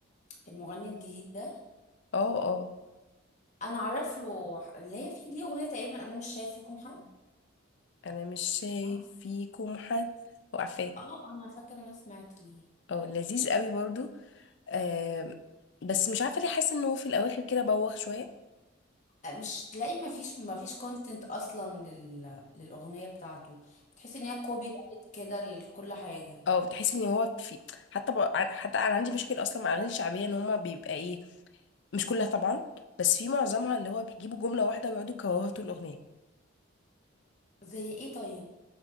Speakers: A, on the left (about 35°); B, on the left (about 55°).
A: المغني الجديد ده
B: اه اه
A: انا عارف له ح- اللي هي في ليه اغنية تقريبا انا مش شايف فيكم حد
B: انا مش شايف
A: صح؟
B: فيكم حد وعفاه
A: اه انا فاكرة إن انا سمعت ليه
B: اه لذيذ قوي برضو آه بس مش عارفة ليه حاسة انه في الاواخر كده بوخ شوية
A: آه، مش تلاقي ما فيش ما فيش كونتنت اصلا لل... للاغنية بتاعته بتحس ان هي كوبي رايت كده لكل حاجة
B: اه بتحس ان هو في حتى ب... عن- حتى انا عندي مشكله اصلا مع الاغاني الشعبيه ان هما بيبقى ايه مش كلها طبعا بس في معظمها اللي هو بيجيبوا جمله واحده ويقعدوا يكرروها طول الاغنيه
A: زي ايه طيب